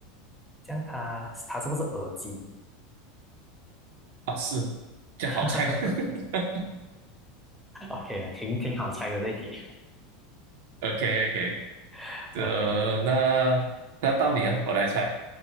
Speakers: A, in the centre; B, on the right.
A: 这样它它是不是耳机？
B: 啊，是这样好猜。
A: <laughs>
B: <laughs>
A: OK，啊，挺挺好猜的这一题。
B: OK OK，
A: <laughs>
B: 呃，那那到你啊，我来猜，